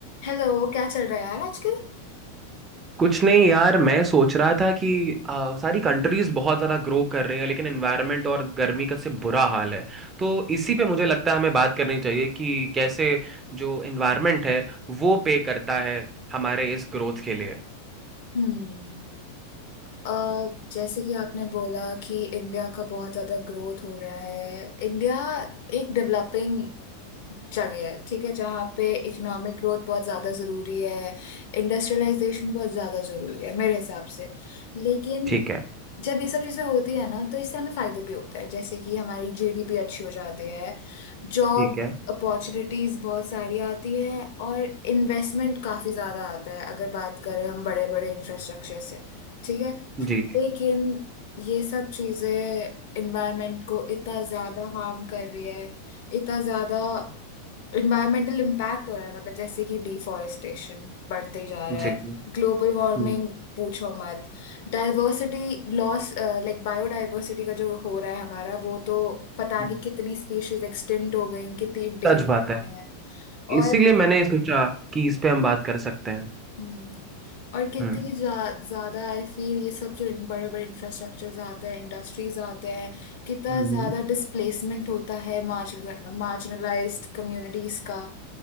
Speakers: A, on the left; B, on the right.
A: हेलो क्या चल रहा है यार आजकल
B: कुछ नहीं यार मैं सोच रहा था कि आ, सारी कंट्रीज बहुत ज़्यादा ग्रो कर रही हैं लेकिन एनवायरनमेंट और गर्मी का से बुरा हाल है तो इसी पे मुझे लगता है हमें बात करनी चाहिए कि कैसे जो एनवायरनमेंट है वो पे करता है हमारे इस ग्रोथ के लिए
A: हम्म अ, जैसे कि आपने बोला कि इंडिया का बहुत ज्यादा ग्रोथ हो रहा है इंडिया एक डेवलपिंग जगह है ठीक है जहाँ पे इकोनॉमिक ग्रोथ बहुत ज्यादा जरूरी है इंडस्ट्रियलाइजेशन बहुत ज्यादा जरूरी है मेरे हिसाब से लेकिन
B: ठीक है
A: जब ये सब चीजें होती है ना तो इससे हमें फायदे भी होते हैं जैसे कि हमारी जीडीपी अच्छी हो जाती है जॉब
B: ठीक है
A: अपॉर्चुनिटीज बहुत सारी आती है और इन्वेस्टमेंट काफी ज्यादा आता है अगर बात करें हम बड़े बड़े इंफ्रास्ट्रक्चर से ठीक है
B: जी जी
A: लेकिन ये सब चीजें इन्वायरमेंट को इतना ज्यादा हार्म कर रही है इतना ज्यादा इन्वायरमेंटल इम्पैक्ट हो रहा है मतलब जैसे कि डिफॉरेस्टेशन बढ़ते ही जा रहा
B: जी
A: है
B: जी,
A: ग्लोबल वार्मिंग
B: हम्म,
A: पूछो मत डाइवर्सिटी लॉस लाइक बायोडाइवर्सिटी का जो हो रहा है हमारा वो तो पता
B: हम्म।
A: नहीं कितनी स्पीशीज एक्सटिंक्ट हो गई कितनी इंडेंजर
B: सच बात है
A: हैं और
B: इसीलिए मैंने ये सोचा कि इस पे हम बात कर सकते हैं
A: हम्म, और कितनी
B: हम्म
A: जा, ज्यादा आई फील ये सब जो इन बड़े बड़े इंफ्रास्ट्रक्चर्स आते हैं इंडस्ट्रीज आते हैं कितना
B: हम्म
A: ज्यादा डिस्प्लेसमेंट होता है मार्जिनलाइज्ड कम्युनिटीज का